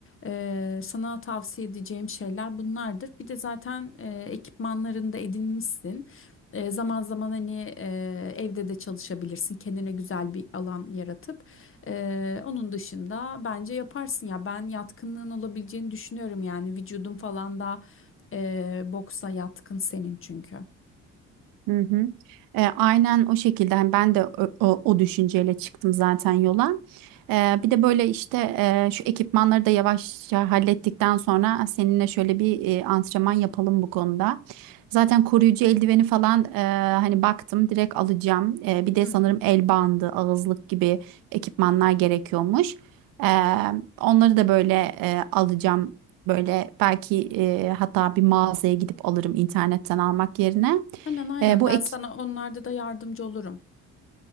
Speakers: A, on the left; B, on the right.
A: Ee, sana tavsiye edeceğim şeyler bunlardır. Bir de zaten e, ekipmanlarını da edinmişsin. E, zaman zaman hani e, evde de çalışabilirsin. Kendine güzel bir alan yaratıp. E, onun dışında bence yaparsın ya. Ben yatkınlığın olabileceğini düşünüyorum yani. Vücudun falan da e, boksa yatkın senin çünkü.
B: Hı hı. E, aynen o şekilde hani ben de o, o- o düşünceyle çıktım zaten yola. E, bir de böyle işte e, şu ekipmanları da yavaşça hallettikten sonra seninle şöyle bir e, antrenman yapalım bu konuda. Zaten koruyucu eldiveni falan e, hani baktım direkt alacağım. E, bir de
A: Hı.
B: sanırım el bandı, ağızlık gibi ekipmanlar gerekiyormuş. E, onları da böyle e, alacağım. Böyle belki e, hatta bir mağazaya gidip alırım internetten almak yerine.
A: Aynen aynen.
B: E, bu
A: Ben
B: ek
A: sana onlarda da yardımcı olurum.